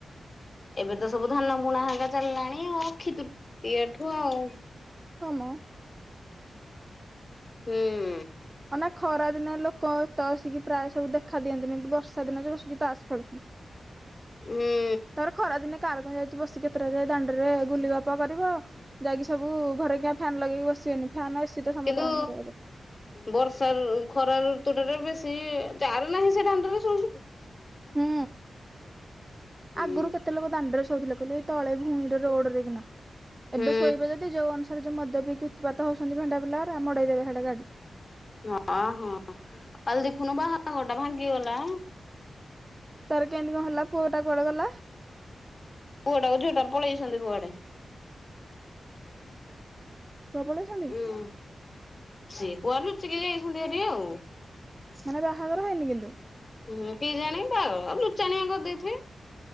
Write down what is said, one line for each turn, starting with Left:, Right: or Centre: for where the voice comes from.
Left: ଏବେ ତ ସବୁ ଧାନ ବୁଣା ହେରିକା ଚାଲିଲାଣି ଅକ୍ଷିତୃତୀୟା ଠୁ ଆଉ।
Right: ହଁମ।
Left: ହୁଁ।
Right: ମାନେ ଖରା ଦିନେ ଲୋକ ଏତେଆସିକି ପ୍ରାୟ ସବୁ ଦେଖା ଦିଅନ୍ତିନି ବର୍ଷା ଦିନ ଯେ ବସିକି ତାସ ଖେଳୁଛନ୍ତି।
Left: ହୁଁ।
Right: ତା ପରେ ଖରା ଦିନେ କାର କଣ ଯାଇଛି ବସି ଏତେଟା ଯା ଏ ଦାଣ୍ଡରେ ଗୁଲି ଗ ପ କରିବ ଯାଇକି ସବୁ ଘରେ କିିଆଁ ଫ୍ୟାନ୍ ଲଗେଇକି ବସିବେନି ଫ୍ୟାନ୍ ଏସି ତ ସମସ୍ତଙ୍କ
Left: କିନ୍ତୁ
Right: ଘରେ ଏବେ
Left: ବର୍ଷା ଖରା ଋତୁ ଟାରେ ବେଶୀ ଯାର ନାହିଁ ସେ ଦାଣ୍ଡରେ ଶୋଉଚନ୍ତି।
Right: ହୁଁ
Left: ହୁଁ
Right: ଆଗରୁ କେତେ ଲୋକ ଦାଣ୍ଡରେ ଶୋଉଧଥିଲେ କହିଲୁ ଏ ତଳେ ଭୂଇଁ ରେ ରୋଡ ରେ କିନା
Left: ହୁଁ
Right: ଏବେ ଶୋଇବେ ଯଦି ଯୋଉ ଅନୁସାରେ ଯୋଉ ମଦ ପିଇକି ଉତ୍ପାତ ହୋଉଚନ୍ତି ଭେଣ୍ଡା ପିଲାଗୁରା ମଡ଼େଇ ଦେବେ ସାଡେ ଗାଡି।
Left: ନାଁ ହଁ କାଲି ଦେଖୁନୁ ବାହାଘର ଟା ଭାଙ୍ଗିଗଲା।
Right: ତାର କେମିତି କଣ ହେଲା ପୁଅଟା କୁଡେ ଗଲା?
Left: ପୁଅ ଟା କୁ ଝୁଅ ଟା ପଳେଇଛନ୍ତି କୁଆଡେ।
Right: କୁଆ ପଳେଇଛନ୍ତି
Left: ହୁଁ ସିଏ କୁଆଡେ ଲୁଚିକି ଯାଇଛନ୍ତି ହେରି ଆଉ।
Right: ମାନେ ବାହାଘର ହେଇନି କିନ୍ତୁ।
Left: ହୁଁ କେଜାଣି ବାହାଘର ଲୁଚାଣିଆ କରିଦେଇଥିବେ।